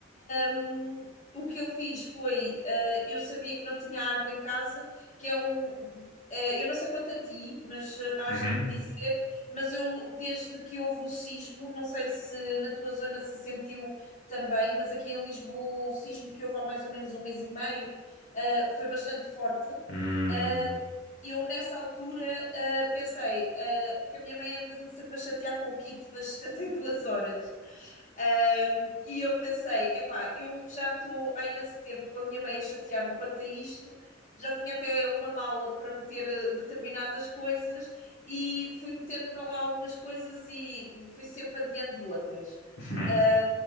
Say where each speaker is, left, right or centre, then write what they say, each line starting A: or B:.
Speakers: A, on the left; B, on the left.
A: Um, o que eu fiz foi, uh, eu sabia que não tinha água em casa, que é um, eh, eu não sei quanto a ti, mas eh, hás
B: uhum.
A: de me dizer, mas eu, desde que houve o sismo, não sei se na tua zona se sentiu também, mas aqui em Lisboa o sismo que houve há mais ou menos um mês e meio, eh, foi bastante forte.
B: Hum,
A: Eh, eu nessa altura eh, pensei, eh, porque a minha mãe anda-me sempre a chatear com o kit das 72 horas. Ah, e eu pensei, epá, eu já estou há imenso tempo com a minha mãe a chatear-me quanto a isto, já tinha até uma mala para meter eh, determinadas coisas e fui metendo para lá algumas coisas e fui sempre adiando outras.
B: <laughs>
A: Ah,